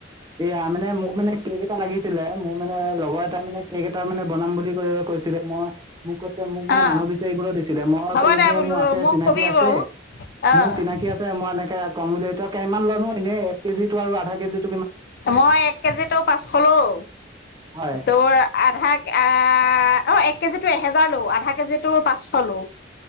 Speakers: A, on the right; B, on the left.
A: এয়া মানে মোক মানে কেক এটা লাগিছিলে মোৰ মানে লগৰ এটা মানে কেক এটা মানে বনাম বুলি কৈ কৈছিলে মই মোক কৈছে মোক মানে
B: অ
A: মানুহ বিচাৰিবলৈ দিছিলে মই
B: হ'ব
A: কলো
B: দে
A: কি
B: বোলো
A: মোৰ আছে
B: মোক
A: চিনাকি
B: কবি
A: আছে
B: বাৰু অ
A: মোৰ চিনাকি আছে মই এনেকে কম বুলি তই কেমান লনো এনেই এক কেজিতটো আৰু আধা কেজিত
B: মই এক কেজিত তো পাঁচশ লও
A: হয়
B: তোৰ আধা আহ অ এক কেজিতো এহেজাৰ লো আধা কেজিতো পাঁচশ লো